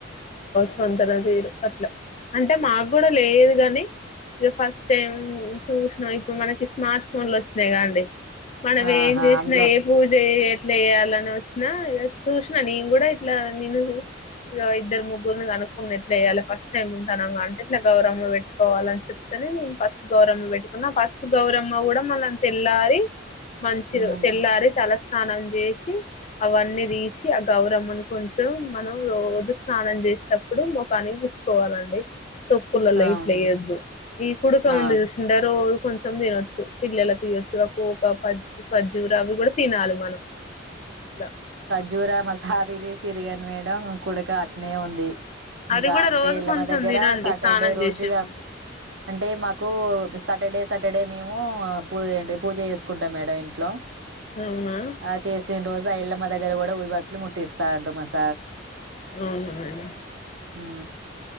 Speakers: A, on the left; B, on the right.
A: వంతన తీరు అట్లా అంటే మాకు కూడా లేదు గాని ఇగ ఫస్ట్ టైం చూసినా ఇప్పుడు మనకి స్మార్ట్ ఫోన్లు వచ్చినాయి కా అండి మనం
B: ఆహా
A: ఏం చేసిన
B: అందులో
A: ఏ పూజ ఇట్లా యెయాలని వచ్చినా చూసిన నేను కూడా ఇట్లా నేను ఇద్దరు ముగ్గురిని కనుక్కున ఎట్లా చెయ్యాలి ఫస్ట్ టైమ్ ఉంటానాం గా అంటే ఇట్లా గౌరమ్మ పెట్టుకోవాలిని చెప్తేనే నేను పసుపు గౌరమ్మ పెట్టుకున్నా. పసుపు గౌరమ్మ కూడా మళ్ళ తెల్లారి మంచిరో
B: ఉమ్,
A: తెల్లారి తలస్నానం చేసి అవన్నీ తీసి ఆ గౌరమ్మను కొంచెం మనం రోజు స్నానం చేసేటప్పుడు ముఖనికి పూసుకోవాలండి. తొక్కులలో
B: అవును
A: ఇట్ల ఎయొద్దు ఈ కుడుక
B: ఆ,
A: ఉంది చూసిర్రా రోజ్ కొంచెం తినొచ్చు పిల్లలకి ఇయొచ్చు ఆ కోక, ఖార్జురా అవి కూడా తినాలి మనం అట్ల
B: జూరా మసా అది చేసిర్రు గాని మేడం కుడుక అట్నే ఉంది ఇంకా
A: అది కూడా
B: అంటే
A: రోజు
B: ఎల్లమ్మ
A: కొంచెం
B: దగ్గర
A: తినండి
B: సాటర్డే
A: స్నానం
B: రోజుగా
A: చేసే ముందు
B: అంటే మాకు సాటర్డే సాటర్డే మేము పూ ఏంటిది పూజ చేసుకుంటాం మేడం ఇంట్లో
A: అవునా
B: ఆ చేసిన్ రో రైలమ్మ దగ్గర కూడా ఉ వస్లు ముట్టిస్తాండ్రు, మస్
A: అవ్ న <unintelligible>
B: హు